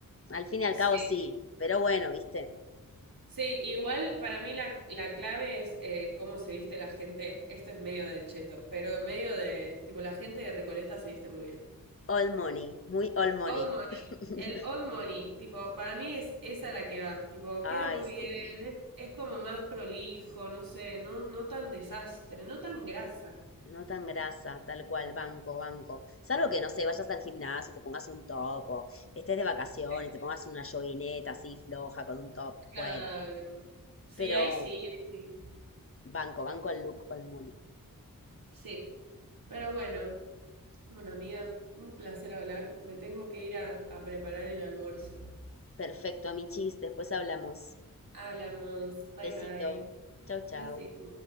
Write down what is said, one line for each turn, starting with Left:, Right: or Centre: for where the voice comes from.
Left: al fin y al
Right: Sí.
Left: cabo sí, pero bueno, viste.
Right: Sí, igual para mí la, la clave es eh, cómo se viste la gente. Esto es medio de cheto, pero medio de, tipo, la gente de Recoleta se viste muy bien.
Left: All money, muy all money.
Right: Old Money,
Left: <laughs>
Right: el Old Money, tipo, para mí es esa la que va, tipo, queda
Left: Ay,
Right: muy
Left: sí.
Right: bien, es, es como más prolijo, no sé, no, no tan desastre, no tan grasa.
Left: No tan grasa, tal cual, banco, banco. Salvo que, no sé, vayas al gimnasio, y te pongas un top, o estés de vacaciones,
Right: Sí,
Left: te pongas una joguineta así floja con un top.
Right: Claro.
Left: Bueno,
Right: Sí,
Left: pero
Right: ahí sí, ahí sí.
Left: banco, banco el look all money.
Right: Sí, pero bueno, bueno, amiga, un placer hablar. Me tengo que ir a, a preparar el almuerzo.
Left: Perfecto, amichis. Después hablamos.
Right: Hablamos. Bye
Left: Besito.
Right: bye.
Left: Chau, chau.
Right: Besito.